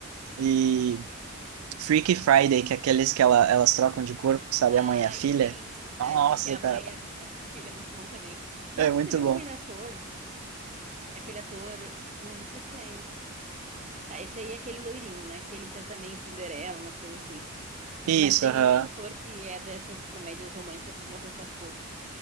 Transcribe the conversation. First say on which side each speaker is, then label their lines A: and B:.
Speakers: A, on the right (about 80°); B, on the right (about 30°).
A: E Freaky Friday, que é aqueles que ela, elas trocam de corpo, sabe?
B: Ai,
A: A mãe e a filha.
B: sim, verdade.
A: Nossa,
B: Que a
A: cara,
B: mãe e a filha é muito bom também. Nossa,
A: é muito
B: você viu
A: bom.
B: que aquele ator, aquele ator, não, não sei se é esse. Tá, esse aí é aquele loirinho, né? Que ele fez também Cinderela, umas coisas assim.
A: Isso,
B: Mas tem
A: aham.
B: um outro ator que é dessas comédias românticas que morreu faz pouco.